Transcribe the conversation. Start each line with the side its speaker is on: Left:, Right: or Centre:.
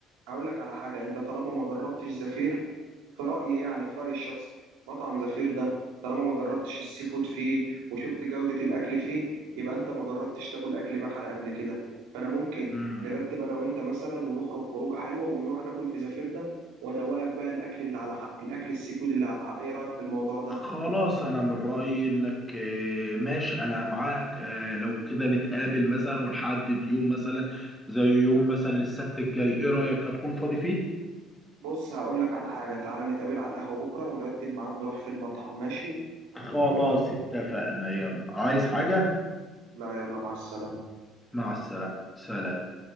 Right: هقول لك على حاجة انت طالما ما جربتش زفير في رأيي يعني في رأيي الشخصي مطعم زفير ده طالما ما جربتش السي فود فيه وشفت جودة الأكل فيه يبقى انت ما جربتش تاكل أكل بحر قبل كده فأنا ممكن
Centre: مم.
Right: نرتب أنا وأنت مثلا ونخرج خروجة حلوة ونروح ناكل في زفير ده وأدوقك بقى الأكل اللي على حق الأكل السي فود اللي على حق إيه رأيك في الموضوع ده؟
Centre: خلاص انا من رأيي انك آه، ماشي انا معاك آه، لو كده نتقابل مثلا ونحدد يوم مثلا زي يوم مثلا السبت الجاي ايه رأيك هتكون فاضي فيه
Right: بص هقول لك على حاجة تعالى نتقابل على القهوة بكرة ونرتب ميعاد نروح في المطعم ماشي؟
Centre: خلاص اتفقنا يلا عايز حاجة
Right: لا يلا مع السلامة
Centre: مع السلامة سلام